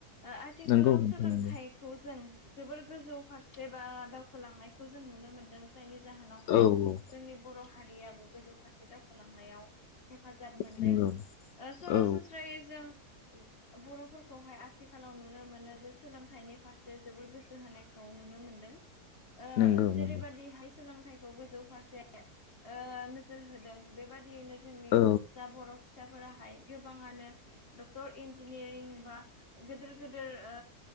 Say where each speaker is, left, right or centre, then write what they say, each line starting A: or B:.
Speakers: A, on the left (about 35°); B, on the left (about 65°).
A: ओ आथिखालाव
B: नंगौ नोंथां
A: सोलोंथाइखौ
B: नंगौ
A: जों जोबोर गोजौ फारसे बा दावखोलांनायखौ जों नुनो मोन्दों जायनि ज जाहोनावहाय
B: औ औ
A: जोंनि बर' हारियाबो गोजौ फारसे दावखोलांनायाव। हेफाजाब मोन्दों
B: नंगौ
A: ओ सरासनस्रायै
B: औ
A: जों उम बर'फोरखौहाय आथिखालाव नुनो मोनो जे सोलोंथाइनि फारसे जोबोर गोसो होनायख खौ नुनो मोन्दों ओ
B: नंगौ
A: जेरैबादिहाय
B: नंगौ
A: सो सोलोंथाइखौ गोजौ फारसे ओ नोजोर होदों बेबादियैनो ज जोंनि
B: औ
A: जा बर' फिसाफोरा हाय गोबाङानो डक्टर इन्जिनियारिं बा गोदोर गोदोर ओ